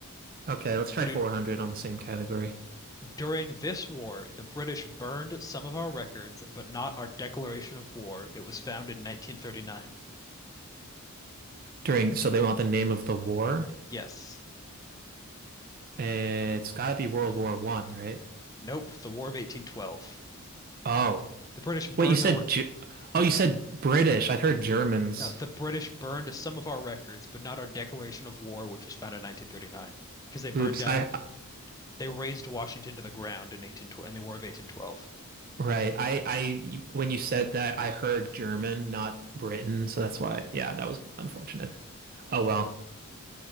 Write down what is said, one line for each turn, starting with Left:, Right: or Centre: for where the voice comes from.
Right: Okay, let's try
Left: want
Right: 400
Left: do
Right: on the same category.
Left: During this war, the British burned some of our records, but not our declaration of war. It was found in 1939.
Right: During, so they want the name of the war.
Left: Yes.
Right: Eh, It's gotta be World War One, right?
Left: Nope. The War of 1812.
Right: Oh,
Left: The British burned
Right: wait, you said
Left: the re-
Right: Ju- oh, you said British. I heard Germans.
Left: no, the British burned some of our records, but not our declaration of war, which was found in 1939, because they burned
Right: Oops,
Left: down
Right: I
Left: they razed Washington to the ground in 18 twelve in the War of 1812.
Right: Right. I, I, when you said that, I heard German, not Britain, so that's why. Yeah, that was unfortunate. Oh well.